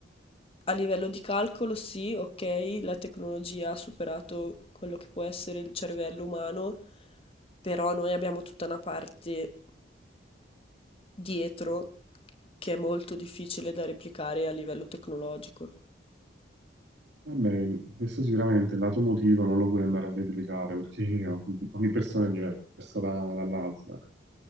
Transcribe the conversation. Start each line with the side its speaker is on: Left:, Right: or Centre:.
Left: a livello di calcolo sì, ok, la tecnologia ha superato quello che può essere il cervello umano, però noi abbiamo tutta una parte dietro che è molto difficile da replicare a livello tecnologico.
Right: vabbè, questo sicuramente il lato emotivo non lo puoi andare a replicare perché ogni persona è diversa da- dall'altra.